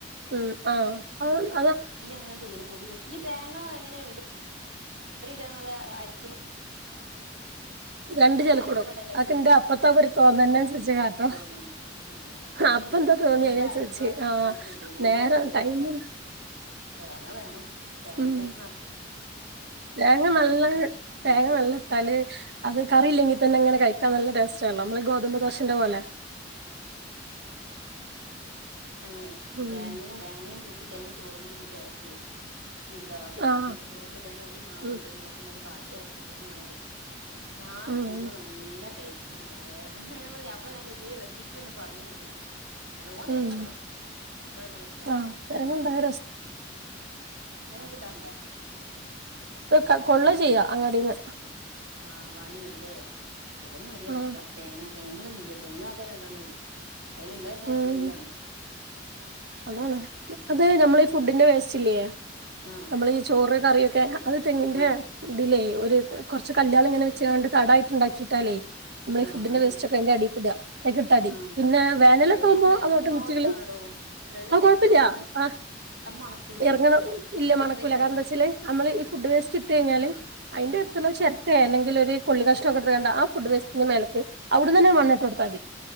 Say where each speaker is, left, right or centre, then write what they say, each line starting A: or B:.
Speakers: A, on the right; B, on the right.
A: ഉം ആ
B: ഈ അങ്ങനെ ചെയ്യല് പൊടിച്ച ഈ തേങ്ങ എങ്ങനെ റിടണോ അത ആയിരിക്കും
A: രണ്ട്
B: തങ്ങ
A: ചിലക്കുടും
B: അരക്ക പെടല്ല
A: അതൊക്കെ
B: ചെയ്യ
A: എന്റെ അപ്പത്തെ ഒരു തോന്നലിനനുസരിച്ച് കാട്ടും
B: തോന്നല്ലേ ചെലോല്
A: അപ്പം
B: ല്ലേ
A: എന്താ തോന്നി
B: ന്റെ
A: അതിനനുസരിച്ച്
B: അയൽവാസി
A: ആഹ്
B: ഇണ്ടാക്കുമ്പോ എന്തോര്
A: നേരം
B: ടേസ്റ്റ്
A: ടൈമ്
B: തേങ്ങ വേണം തേങ്ങ
A: ഉം
B: ഇല്ലാത്ത നാട്ടിൽ
A: തേങ്ങ നല്ല
B: കണക്കുവായി
A: തേങ്ങ നല്ല ഇട്ടാല് അത് കറിയില്ലെങ്കിൽ തന്നെ അങ്ങനെ കഴിക്കാൻ നല്ല ടേസ്റ്റാല്ലോ നമ്മള് ഗോതുമമ്പ്ദോശന്റെ പോലെ
B: ഞൻ
A: ഉം
B: തേങ്ങയും തേങ്ങയും കൂട്ടി തന്നെയും ചോറും കൂടി കൂട്ടി അരക്കും എന്താ ടേസ്റ്റ്
A: ആഹ്
B: സുധമായിരി മാവുണ്ട്
A: ഉം
B: അപ്പൊട് ബാക്കി ആയപ്പോ കുത്തപ്പം വേണോ ചോദിച്ച ഞാൻ
A: ഉം
B: തിന്ന് നല്ല ടേസ്റ്റ് മോളെ ഞാൻ പറയാ അപ്പളെ ഞാൻ ചോദിച്ചത് പ്പി ഒന്ന് പറഞ്ഞു തരി നല്ലോം തേങ്ങ
A: ഉം
B: ഇടണം അപ്പഴാ ടേസ്റ്റ്
A: ആഹ് തേങ്ങണ്ടായ
B: കിട്ടാറുണ്ടോ
A: ആ കൊള്ള ചെയ്യാ അങ്ങടിന്ന്
B: ആ വാങ്ങി വരൂല്ലേ അതന്നെ എവിടെ അവസ്ഥ
A: ഉം
B: തേങ്ങ തെങ്ങ് കളൊന്നും ഇല്ല തെങ്ങ് ആകെ രണ്ടെണ്ണേ ഉള്ളൂ അതിലുള്ളന്നെ എപ്പഴെങ്കിലും
A: ഉം
B: ആണ്
A: അതാണ് അത് നമ്മളീ ഫുഡിന്റെ വേസ്റ്റ് ഇല്ലയേ
B: ആഹ്
A: നമ്മൾ ഈ ചോറ് കറിയൊക്കെ അത് തെങ്ങിന്റെ
B: ഉം
A: ഇതിലേ ഒരു കൊറച്ച് കല്ല്കള് ഇങ്ങനെ വെച്ചൊണ്ട് തടായിട്ട് ഉണ്ടാക്കിട്ടാലേ നമ്മൾ ഈ
B: ആഹ്
A: ഫുഡിന്റെ
B: അത്
A: വേസ്റ്റ് ഒക്കെ അതി അടിക്ക് ഇട കിട്ടാ മതി
B: ആഹ്
A: പിന്നെ വേനലൊക്കെ
B: പക്ഷേല്ലേ
A: ആവുമ്പോ
B: നമ്മള് എറങ്ങുന്നോടത്താണടോ
A: അങ്ങോട്ട് മുറ്റ കളി
B: ഇള്ള
A: ആ
B: തെങ്ങ്
A: കൊഴപ്പില്ല
B: ഒന്ന്
A: ആ
B: അത് മണക്കൂലേ
A: ഇറങ്ങണം ഇല്ല
B: മുറ്റത്തേക്ക്
A: മണക്കൂല
B: എറങ്ങും
A: കാരണം എന്താ വെച്ചാല് നമ്മള് ഈ
B: ഉം
A: ഫുഡ് വേസ്റ്റ് ഇട്ട് കഴിഞ്ഞാല് അതിന്റെ
B: ഉം
A: അടുത്തുള്ള ചക്കെ അല്ലെങ്കിൽ ഒരു കൊള്ളി കഷ്ടമൊക്കെടുത്താണ്ട് ആ ഫുഡ് വേസ്റ്റന്റെ മേലക്ക് അവിടുന്നെ
B: ഉം
A: മണ്ണ ഇട്ട് കൊടുാൽ മതി